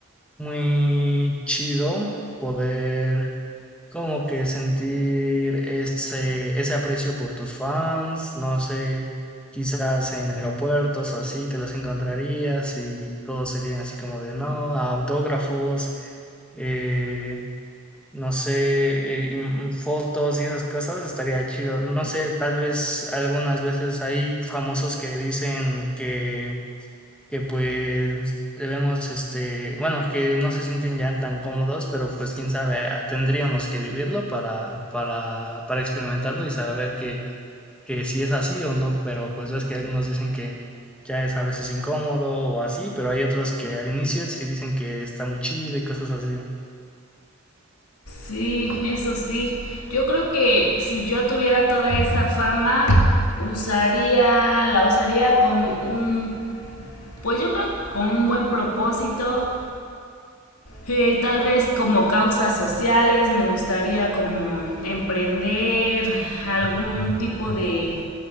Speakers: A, in the centre; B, on the left.
A: muy chido poder como que sentir ese, ese aprecio por tus fans, no sé, quizás en aeropuertos o así te los encontrarías y todos serían así como de, no, autógrafos, eh, no sé, eh, y m- fotos y esas cosas, estaría chido. No sé, tal vez algunas veces hay famosos que dicen que que pues debemos, este, bueno, que no se sienten ya tan cómodos, pero pues quién sabe, ah, tendríamos que vivirlo para, para, para experimentarlo y saber que, que si es así o no, pero pues ves que algunos dicen que ya es a veces incómodo o así, pero hay otros que al inicio sí dicen que está muy chido y cosas así.
B: Sí, eso sí. Yo creo que si yo tuviera toda esa fama, usaría, la usaría con un, pues yo creo que con un buen propósito, eh, tal vez como causas sociales, me gustaría como emprender algún tipo de